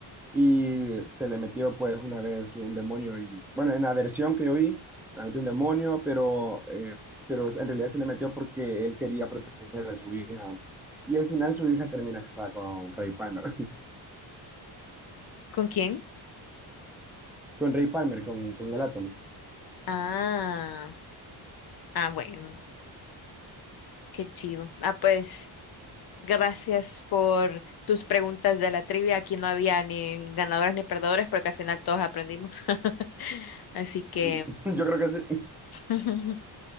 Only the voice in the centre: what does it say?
y se le metió pues una vez un demonio y bueno, en la versión que yo vi, se le metió un demonio, pero, eh, pero en realidad se le metió porque él quería proteger a su hija y al final su hija termina casada con Ray Palmer,
<laughs> con Ray Palmer, con, con el átomo.
El- <laughs> Yo creo que sí.